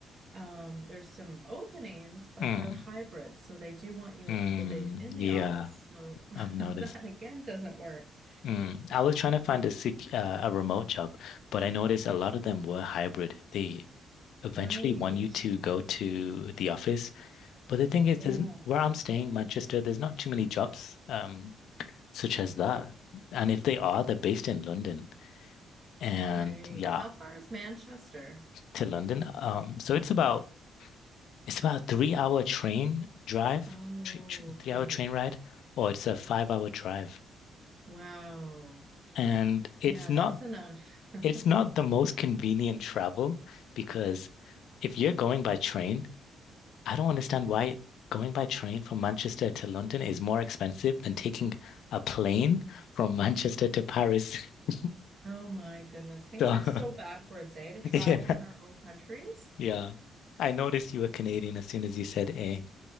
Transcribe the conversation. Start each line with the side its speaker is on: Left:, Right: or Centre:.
Right: um, there's some openings, but
Left: Mm.
Right: they're hybrids. So they do want you
Left: Mm.
Right: a couple days in
Left: Yeah.
Right: the office. So <laughs>
Left: I've noticed.
Right: that again doesn't work.
Left: Mm. I was trying to find a sec uh, a remote job, but I noticed a lot of them were hybrid. They eventually
Right: Right.
Left: want you to go to the office, but the thing is,
Right: Yeah.
Left: there's n- where I'm staying, Manchester, there's not too many jobs um such as that. And if they are, they're based in London. And
Right: Okay.
Left: yeah,
Right: How far is Manchester?
Left: to London. Um, so it's about It's about a three hour train drive,
Right: Oh,
Left: three,
Right: okay.
Left: three hour train ride, or it's a five hour drive.
Right: Wow.
Left: And it's
Right: Yeah,
Left: not
Right: that's enough. <laughs>
Left: it's not the most convenient travel because if you're going by train, I don't understand why going by train from Manchester to London is more expensive than taking a plane from Manchester to Paris. <laughs>
Right: Oh my goodness. Things
Left: So
Right: are so backwards, eh, to travel
Left: <laughs> yeah,
Right: in our own countries.
Left: yeah. I noticed you were Canadian as soon as you said eh.